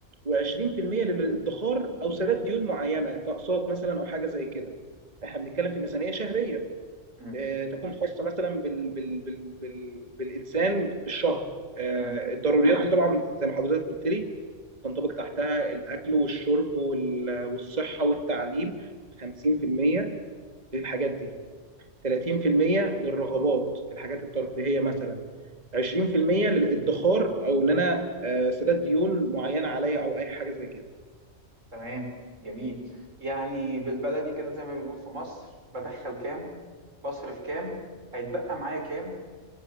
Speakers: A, on the right; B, on the right.
A: و20% للادخار او سداد ديون معينه كاقساط مثلا او حاجه زي كده احنا بنتكلم في ميزانيه شهريه
B: مم.
A: آه، تكون خاصه مثلا بال... بال... بال... بال... بالانسان في الشهر آه،
B: مم.
A: الضروريات دي طبعا زي ما حضرتك قلت لي تنطبق تحتها الاكل والشرب وال... والصحه والتعليم 50% للحاجات دي 30% للرغبات الحاجات الترفيهيه مثلا 20% للادخار او ان انا آه، سداد ديون معينه عليا او اي حاجه زي كده
B: تمام جميل يعني بالبلدي كده زي ما بنقول في مصر بدخل كام بصرف كام هيتبقى معايا كام